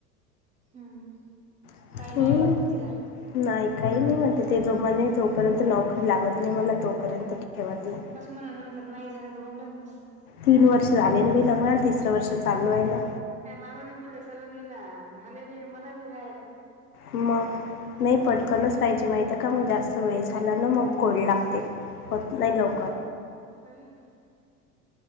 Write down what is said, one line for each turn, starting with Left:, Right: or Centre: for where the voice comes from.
Right: हम्म!
Left: <unintelligible>
Right: काही नाही वाटत तिला
Left: नाही, काही नाही म्हणते, ते जो म्हणे, जोपर्यंत नोकरी लागत नाही मला तोपर्यंत ठेवत
Right: <unintelligible>
Left: नाही
Right: नंतर नाही झालं तर, बोंबलत बसं.
Left: तीन वर्ष झाले लग्नाला, तिसरं वर्ष चालू आहे ना!
Right: अ मागून पुढे सलोनीला झाले बी, मला बी व्हायला.
Left: मग! नाही, पटकनच प्यायची माहितेय का, मग जास्त वेळ झाला ना मग कडू लागते. होत नाही लवकर.
Right: हो ना हम्म!